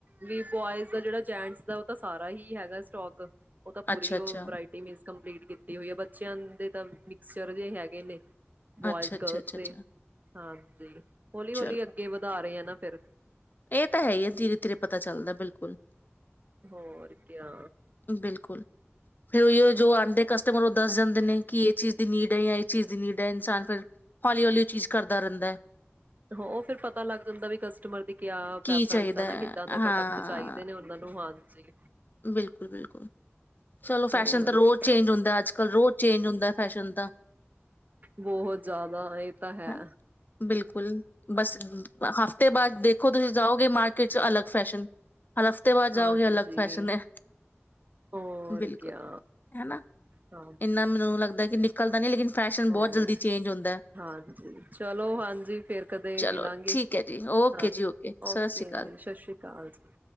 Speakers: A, on the right; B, on the left.
A: ਵੀ ਬੋਇਜ਼ ਦਾ ਜਿਹੜਾ ਜੈਂਟਸ ਦਾ ਉਹ ਤਾਂ ਸਾਰਾ ਹੀ ਹੈਗਾ ਸਟੋਕ। ਉਹ ਤਾਂ ਪੂਰੀ
B: ਅੱਛਾ,
A: ਉਹ
B: ਅੱਛਾ,
A: ਵਰਾਇਟੀ ਮਿਲ ਕੰਪਲੀਟ ਕੀਤੀ ਹੋਈ ਐ। ਬੱਚਿਆਂ ਦੇ ਤਾਂ ਮਿਕਸਚਰ ਜੇ ਹੈਗੇ ਨੇ। ਬੋਇਜ਼
B: ਅੱਛਾ, ਅੱਛਾ,
A: ਗਰਲਸ
B: ਅੱਛਾ,
A: ਤੇ
B: ਅੱਛਾ
A: ਹਾਂ। ਤੇ ਹੌਲੀ
B: ਚਲੋ
A: ਹੌਲੀ ਅੱਗੇ ਵਧਾ ਰਹੇ ਆ ਨਾ ਫਿਰ।
B: ਇਹ ਤਾਂ ਹੈ ਈ ਐ, ਧੀਰੇ ਧੀਰੇ ਪਤਾ ਚੱਲਦਾ ਬਿਲਕੁਲ।
A: ਹੋਰ ਕਿਆ।
B: ਬਿਲਕੁਲ ਫਿਰ ਉਹੀ ਓ ਜੋ ਆਂਦੇ ਕਸਟਮਰ ਉਹ ਦੱਸ ਜਾਂਦੇ ਨੇ ਕਿ ਇਹ ਚੀਜ਼ ਦੀ ਨੀਡ ਐ ਜਾਂ ਇਹ ਚੀਜ਼ ਦੀ ਨੀਡ ਐ। ਇਨਸਾਨ ਫਿਰ ਹੌਲੀ ਹੌਲੀ ਉਹ ਚੀਜ਼ ਕਰਦਾ ਰਹਿੰਦਾ ਐ।
A: ਉਹ ਫਿਰ ਪਤਾ ਲੱਗ ਜਾਂਦਾ ਵੀ ਕ ਕਸਟਮਰ ਦੀ ਕਿਆ
B: ਕੀ
A: ਪ੍ਰੇਫਰੇਂਸ
B: ਚਾਹੀਦਾ
A: ਐ
B: ਹੈ
A: ਨਾ ਕਿੱਦਾਂ ਦੇ
B: ਹਾਂ
A: ਪ੍ਰੋਡਕਟ ਚਾਹੀਦੇ ਨੇ ਉਹਨਾਂ ਨੂੰ ਹਾਂਜੀ।
B: ਬਿਲਕੁਲ ਬਿਲਕੁਲ ਚਲੋ ਫੈਸ਼ਨ
A: ਹੋਰ
B: ਤਾਂ ਰੋਜ਼
A: ਕਿਆ
B: ਚੇਂਜ ਹੁੰਦਾ ਅੱਜ ਕੱਲ ਰੋਜ਼ ਚੇਂਜ ਹੁੰਦਾ ਫੈਸ਼ਨ ਤਾਂ
A: ਬਹੁਤ ਜ਼ਿਆਦਾ ਇਹ ਤਾਂ ਹੈ
B: ਹੈਨਾ। ਬਿਲਕੁਲ ਬਸ ਹਫ਼ਤੇ ਬਾਅਦ ਦੇਖੋ ਤੁਸੀਂ ਜਾਓਗੇ ਮਾਰਕੀਟ ਚ ਅਲੱਗ ਫੈਸ਼ਨ ਹਰ ਹਫ਼ਤੇ ਬਾਅਦ ਜਾਓਗੇ
A: ਹਾਂਜੀ
B: ਅਲੱਗ ਫੈਸ਼ਨ ਹੈ
A: ਹੋਰ
B: ਬਿਲਕੁਲ
A: ਕਿਆ
B: ਹਨਾ
A: ਹਾਂ
B: ਇੰਨਾ ਮੈਨੂੰ ਲੱਗਦਾ ਨਿਕਲਦਾ ਨਹੀਂ ਲੇਕਿਨ ਫੈਸ਼ਨ
A: ਹੋਰ
B: ਬਹੁਤ ਜਲਦੀ ਚੇਂਜ ਹੁੰਦਾ ਹੈ
A: ਹਾਂਜੀ ਚਲੋ ਹਾਂਜੀ ਫਿਰ ਕਦੇ
B: ਚਲੋ
A: ਮਿਲਾਂਗੇ
B: ਠੀਕ ਹੈ ਜੀ ਓਕੇ
A: ਹਾਂ
B: ਜੀ ਓਕੇ ਸਤਿ
A: ਓਕੇ
B: ਸ਼੍ਰੀ ਅਕਾਲ
A: ਜੀ ਸਤਿ ਸ਼੍ਰੀ ਅਕਾਲ ਜੀ